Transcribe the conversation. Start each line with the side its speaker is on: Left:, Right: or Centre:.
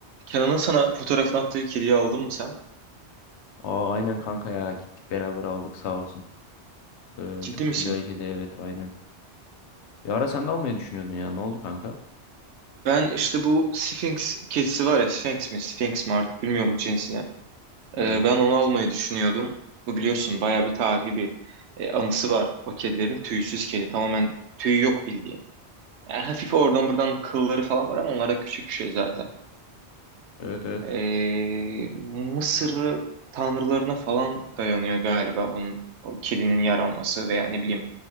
Right: Kenan'ın sana fotoğrafını attığı kediyi aldın mı sen?
Left: Aa, aynen kanka ya gittik beraber aldık sağ olsun. Ee,
Right: Ciddi
Left: çok
Right: misin?
Left: güzel işedi evet aynen. Bir ara sen de almayı düşünüyordun ya ne oldu kanka?
Right: Ben işte bu Sphinx kedisi var ya Sphinx mi Sphinx mi artık bilmiyorum cinsine. Ee,
Left: Evet.
Right: ben onu almayı düşünüyordum. Bu biliyorsun bayağı bir tarihi bir e, anısı var. O kedilerin tüysüz kedi tamamen tüy yok bildiğin. Yani hafif oradan buradan kılları falan var ama onlar da küçük bir şey zaten.
Left: Evet evet.
Right: Ee, Mısır tanrılarına falan dayanıyor galiba bunun o kedinin yaranması veya ne bileyim